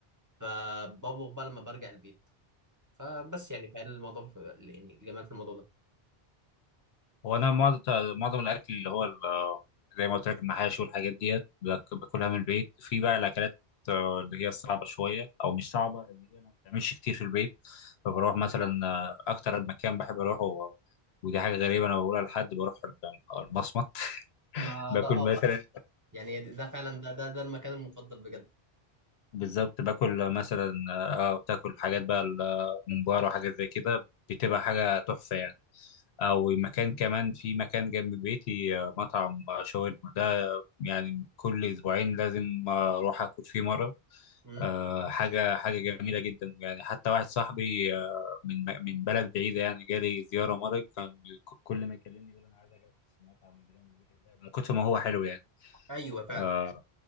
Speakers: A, on the right; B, on the left.
A: فبطبخ بقى لما برجع البيت فبس يعني فالموضوع في... يعني الجمال في الموضوع ده
B: هو انا معظم معظم الاكل اللي هو ال- زي ما قلت لك المحاشي والحاجات ديت باك- باكلها من البيت في بقى الاكلات آه، اللي هي الصعبه شويه او مش صعبه اللي هي ما بتعملش كتير في البيت فبروح مثلا آه، اكتر مكان بحب اروحه ودي حاجه غريبه انا بقولها لحد بروح ال- المصمت <laughs>
A: ما
B: باكل
A: ده اه
B: مثلا
A: يعني ده فعلا ده ده ده المكان المفضل بجد
B: بالظبط باكل مثلا اه آه، بتاكل حاجات بقى الممبار وحاجات زي كده بتبقى حاجه تحفه يعني او مكان كمان في مكان جنب بيتي آه، مطعم آه، شاورما يعني كل اسبوعين لازم اروح اكل فيه مره
A: امم
B: آه، حاجه حاجه جميله جدا يعني حتى واحد صاحبي آه، من من بلد بعيده يعني جالي زياره مره كان ك- كل ما يكلمني يقول انا عايز اجي في المطعم اللي جنب بيتك ده من كتر ما هو حلو يعني
A: ايوه فعلا
B: آه،